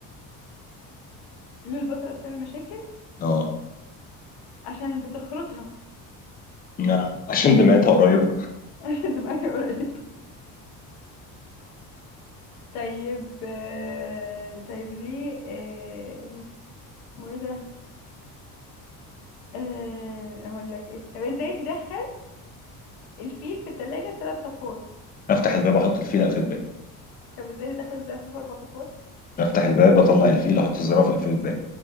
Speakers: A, on the left; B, on the left.
A: <laughs> ليه البصلة بتعمل مشاكل
B: اه
A: عشان بتخرطها <laughs>
B: لا عشان دمعتها قريبة
A: عشان دماغها قريب طيب آه... طيب ليه آه، اسمه ايه ده آه... اقول لك ايه طب ازاي تدخل الفيل في التلاجة بثلاث خطوات
B: افتح الباب احط الفيل اقفل الباب
A: طب ازاي دخل الزرافه في اربع خطوات
B: افتح الباب اطلع الفيل احط الزرافة اقفل الباب